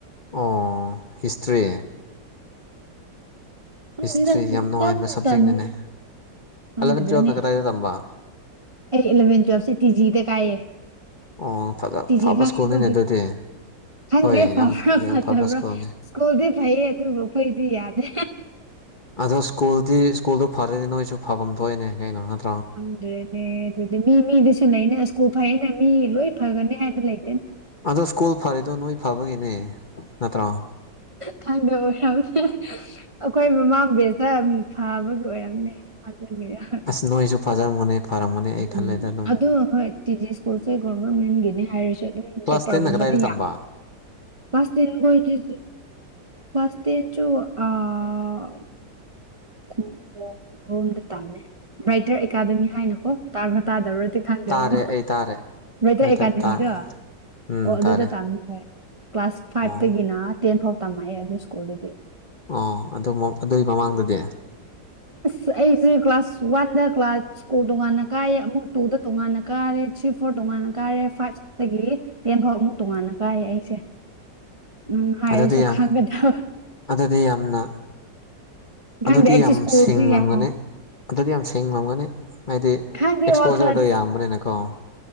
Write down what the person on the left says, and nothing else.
ꯑꯣ ꯍꯤꯁꯇ꯭ꯔꯤ
ꯍꯤꯁꯇ꯭ꯔꯤ
ꯌꯥꯝ ꯅꯨꯡꯉꯥꯏꯕ ꯁꯕꯖꯦꯛꯅꯤꯅꯦ
ꯑꯦꯂꯚꯦꯟ ꯇꯨꯌꯦꯜꯞꯅ ꯀꯗꯥꯏꯗ ꯇꯝꯕ
ꯑꯣ ꯐꯖ
ꯐꯕ
ꯁ꯭ꯀꯨꯜꯅꯤꯅꯦ ꯑꯗꯨꯗꯤ
ꯍꯣꯏ
ꯌꯥꯝ ꯌꯥꯝ
ꯐꯕ ꯁ꯭ꯀꯨꯜꯅꯤ
ꯑꯗꯣ ꯁ꯭ꯀꯨꯜꯗꯤ ꯁ꯭ꯀꯨꯜꯗꯣ ꯐꯔꯗꯤ ꯅꯣꯏꯁꯨ ꯐꯚꯝ ꯊꯣꯛꯏꯅꯦ ꯀꯩꯅꯣ ꯅꯠꯇ
ꯑꯗꯣ ꯁ꯭ꯀꯨꯜ ꯐꯔꯤꯗꯣ ꯅꯣꯏ ꯐꯕꯒꯤꯅꯦ ꯅꯠꯇ꯭ꯔꯣ
ꯑꯁ ꯅꯣꯏꯁꯨ ꯐꯖꯔꯝꯒꯅꯤ ꯐꯔꯝꯒꯅꯤ ꯑꯩ
ꯈꯜꯂꯦꯗ ꯑꯗꯨꯝ
ꯀ꯭ꯂꯥꯁ
ꯇꯦꯟꯅ ꯀꯗꯥꯏꯗ ꯇꯝꯕ
ꯇꯥꯔꯦ ꯑꯩ ꯇꯥꯔꯦ
ꯃꯩꯇꯩ
ꯇꯥꯔꯦ ꯎꯝ
ꯇꯥꯔꯦ
ꯑꯣ
ꯑꯣ ꯑꯗꯨ ꯃꯨꯛ ꯑꯗꯨꯢ ꯃꯃꯥꯡꯗꯗꯤ
ꯑꯗꯨꯗꯤ ꯌꯥꯝ
ꯑꯗꯨꯗꯤ ꯌꯥꯝꯅ
ꯑꯗꯨꯗꯤ
ꯌꯥꯝ
ꯁꯤꯡꯂꯝꯒꯅꯤ
ꯑꯗꯨꯗꯤ ꯌꯥꯝ ꯁꯤꯡꯂꯝꯒꯅꯤ ꯍꯥꯏꯗꯤ
ꯑꯦꯛꯁꯄꯣꯖꯔꯗꯣ
ꯌꯥꯝꯕꯅꯤꯅꯀꯣ